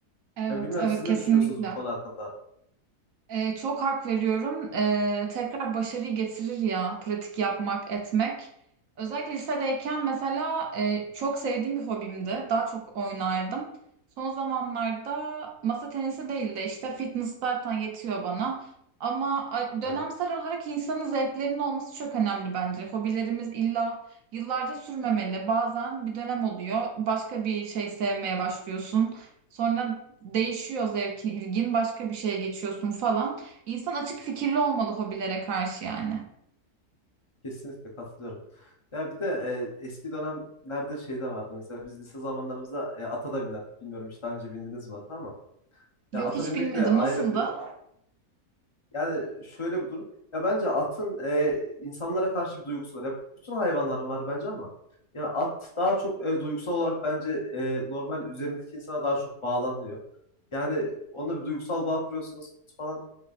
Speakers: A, on the right; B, on the left.
A: Evet,
B: Ya bilmiyorum
A: evet
B: siz
A: kesinlikle.
B: ne düşünüyorsunuz bu konu hakkında?
A: Ee, çok hak veriyorum. Ee, tekrar başarıyı getirir ya pratik yapmak, etmek. Özellikle lisedeyken mesela e, çok sevdiğim bir hobimdi. Daha çok oynardım. Son zamanlarda masa tenisi değil de işte fitness zaten yetiyor bana. Ama a- dönemsel
B: Evet,
A: olarak insanın zevklerinin olması çok önemli bence. Hobilerimiz illa yıllarca sürmemeli. Bazen bir dönem oluyor. Başka bir şey sevmeye başlıyorsun. Sonra değişiyor zevkin, ilgin, başka bir şeye geçiyorsun falan. İnsan açık fikirli olmalı hobilere karşı yani.
B: kesinlikle katılıyorum. Ya bir de e, eski dönemlerde şey de vardı. Mesela biz lise zamanlarımızda e, ata da binerdik. Bilmiyorum hiç daha önce bindiniz mi ata ama.
A: Yok
B: Ya ata
A: hiç
B: binmek
A: bilmedim
B: de ayrı
A: nasıldı?
B: bir Yani şöyle bir durum. Ya bence atın e, insanlara karşı bir duygusu var. Ya bütün hayvanların var bence ama ya at daha çok e, duygusal olarak bence e, normal üzerindeki insana daha çok bağlanıyor. Yani onunla bir duygusal bağ kuruyorsunuz falan.